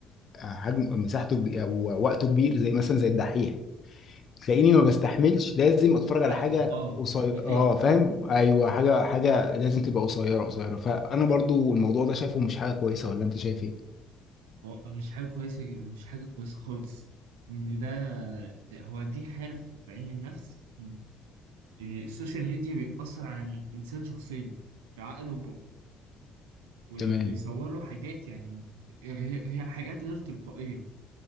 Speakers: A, on the left; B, on the right.
A: آه، حجم مساحته كبي- او وقته كبير زي مثلا زي الدحيح تلاقيني ما بستحملش لازم اتفرج على
B: بقلب
A: حاجه
B: اه
A: قصيره
B: بتقلب
A: اه فاهم ايوه حاجه حاجه لازم تبقى قصيره قصيره فانا برضو الموضوع ده شايفه مش حاجه كويسه ولا انت شايف ايه
B: هو مش حاجه كويسه ج- مش حاجه كويسه خالص ان ده هو دي حاله في علم النفس إن السوشيال ميديا بيأثر على الانسان شخصيا في عقله وبيصور
A: تمام
B: له حاجات يعني هي هي حاجات غير تلقائية